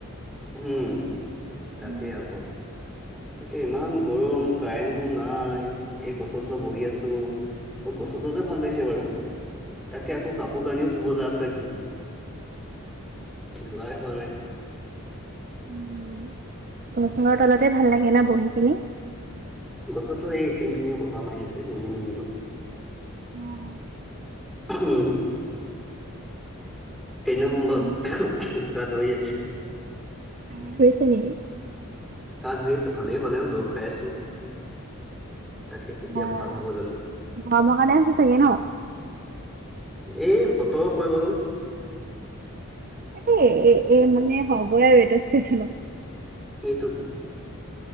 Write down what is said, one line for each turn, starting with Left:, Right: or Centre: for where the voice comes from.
Centre: উম তাকেই
Right: উম
Centre: আকৌ। তাকে ইমান গৰম কাৰেণ্টটো নাই এই গছৰতলত বহি আছোঁ। ও গছ তলতে ভাল লাগিছে বাৰু তাকে আকৌ কাপোৰ কানিও ধুবলৈ আছিলে ধ ধোৱাই হোৱা নাই।
Right: উ গছৰ তলতে ভাল লাগে না বহি কিনি।
Centre: গছতত এই ফিনফিনীয়া বতাহ মাৰি আছে মিহি মিহিকৈ।
Right: অ'।
Centre: উম। এনেও হ'ব
Right: আমাৰ
Centre: গা ধৰি আছে।
Right: হে ধৰিছে নেকি।
Centre: কা ধৰিছে ভালেই হোৱা নাই দৰব খাই আছোঁ। তাকে কেতিয়া
Right: অ'
Centre: ভাল হ'ব জানো।
Right: গৰমৰ কাৰণে হৈছে চাগে ন?
Centre: এই বতৰৰ পৰিৱৰ্তন।
Right: উ এ, এ মানে হ'বই আৰু এইটো চিজনত।
Centre: সেইটো।